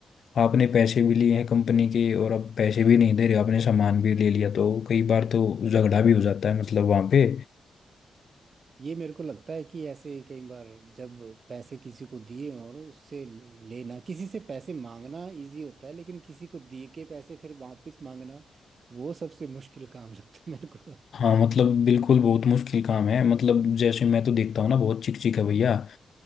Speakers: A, on the left; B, on the right.
A: आपने पैसे भी लिए हैं कंपनी के और अब पैसे भी नहीं दे रहे आपने सामान भी ले लिया तो कई बार तो झगड़ा भी हो जाता है मतलब वहाँ पे
B: ये मेरे को लगता है कि ऐसे कई बार जब पैसे किसी को दिए और उससे लेना किसी से पैसे मांगना इजी होता है लेकिन किसी को दिए के पैसे फिर वापस मांगना वो सबसे मुश्किल काम लगता है मेरे को
A: हाँ मतलब बिल्कुल बहुत मुश्किल काम है मतलब जैसे मैं तो देखता हूँ ना बहुत चिकचिक है भैया